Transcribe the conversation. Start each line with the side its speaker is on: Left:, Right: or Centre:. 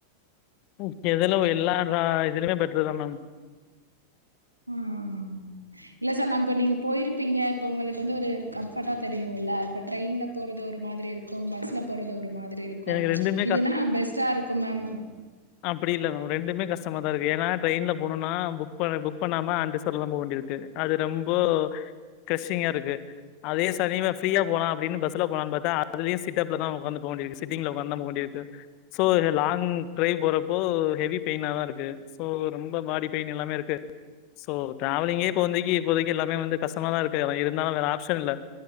Left: ம் எதுல எல்லா தா இதிலிமே பெட்ரு தா மேம்
Right: ம் இல்ல சார் நாம் இப்போ நீங்க போய்ருப்பீங்க இப்போ உங்களுக்கு வந்து ஒரு கம்ஃபட்டா தெரியு இல்ல இப்போ ட்ரெயின்ல போறது ஒரு மா திரி இருக்கு பஸ்ல போறது ஒரு மாதிரி இருக்கு
Left: எனக்கு ரெண்டுமே
Right: ப்ச் இதுன்னா பெஸ்ட்டாருக்கு மேம்
Left: அப்டி இல்ல மேம் ரெண்டுமே கஷ்டமா தா இருக்கு ஏனா ட்ரெயின்ல போனுனா புக் பண்ணி புக் பண்ணாம அன்ட்ரிசர்வ்லா தா போக வேண்டியதிருக்கு அது ரெம்போ கசிங்காருக்கு அதே சனிம ஃப்ரீயா போலா அப்டின்னு பஸ் ல போலான் பாத்தா அதுலயு சிட்டப்ல தா ஒக்காந்து போ வேண்டிருக்கு சிட்டிங்ல ஒக்காந்தா போ வேண்டிருக்கு சோ லாங் ட்ரைவ் போறப்போ ஹெவி பெயினாதா இருக்கு சோ ரொம்ப பாடி பெயின் எல்லாமே இருக்கு சோ டிராவலிங்கே இப்போ வந்தைக்கு இப்போதைக்கு எல்லாமே வந்து கஷ்டமாதா இருக்கு அதா இருந்தாலு வேற ஆப்ஷன் இல்ல